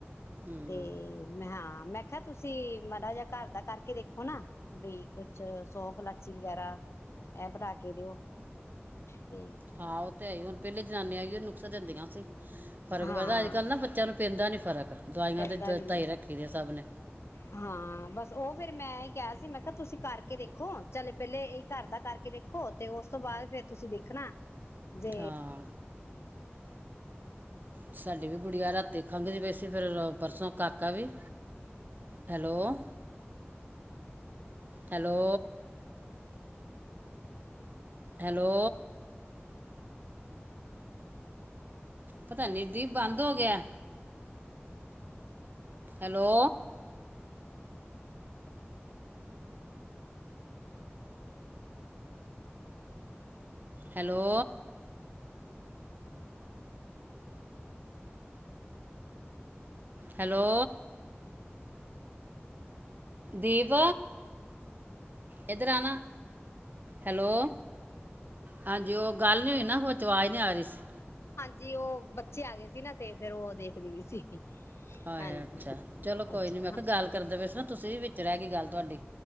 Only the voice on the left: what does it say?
ਤੇ ਮੈਂ ਹਾਂ ਮੈਂ ਤੁਸੀਂ ਮਾੜਾ ਜਿਹਾ ਘਰ ਦਾ ਕਰਕੇ ਦੇਖੋ ਨਾ ਬਈ ਕੁਛ ਸੌਫ ਲਾਚੀ ਵਗੈਰਾ ਇਹ ਬਣਾ ਕੇ ਕੇ ਦਿਓ ਤੇ
ਹਾਂ
ਪੈਂਦਾ
ਵੀ ਨੀ
ਹਾਂ ਬਸ ਉਹ ਫਿਰ ਮੈਂ ਹੀ ਕਿਹਾ ਸੀ, ਮੈਂ ਕਿਹਾ ਤੁਸੀਂ ਕਰ ਕਰਕੇ ਦੇਖੋ ਚੱਲ ਪਹਿਲੇ ਇਹ ਘਰ ਦਾ ਕਰਕੇ ਦੇਖੋ, ਤੇ ਉਸ ਤੋਂ ਬਾਅਦ ਫੇਰ ਤੁਸੀਂ ਦੇਖਣਾ ਜੇ
ਜੀ ਉਹ ਬੱਚੇ ਆ ਗਏ ਸੀ, ਨਾ ਤੇ ਫੇਰ ਉਹ ਦੇਖਦੀ ਪਈ ਸੀ।
ਹਾਂਜੀ
ਅੱਛਾ